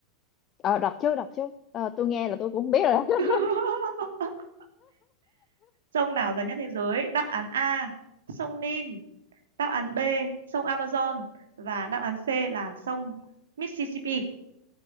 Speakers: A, on the left; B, on the right.
A: Ờ, đọc trước, đọc trước. Ờ, tôi nghe là tôi cũng không biết rồi đó. <laughs>
B: <laughs> sông nào dài nhất thế giới đáp án A sông Nin đáp án B sông Amazon và đáp án C là sông Mississippi